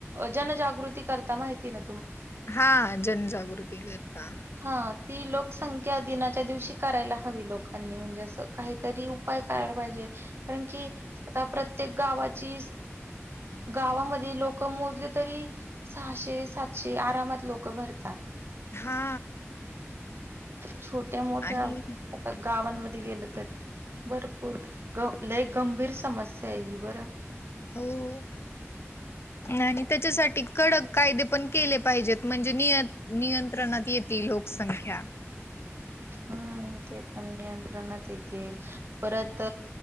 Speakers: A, on the right (about 55°); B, on the left (about 55°).
A: जनजागृती कर माहिती का
B: हा जनजागृती करता
A: हां, ती लोकसंख्या दिनाच्या दिवशी करायला हवी लोकांनी, म्हणजे असं काहीतरी उपाय करायला पाहिजे कारण कि आता प्रत्येक गावाची गावामध्ये लोक मोजली तरी सहाशे, सातशे आरामात लोक भरतात.
B: हा.
A: छोट्या मोठ्या
B: आणि
A: गावांमध्ये गेलं तरी भरपूर लय गंभीर समस्या आहे ही बर.
B: हो आणि त्याच्यासाठी कडक कायदे पण केले पाहिजेत, म्हणजे निय नियंत्रणात येती लोकसंख्या.
A: हम्म ते पण नियंत्रणात येतील, परत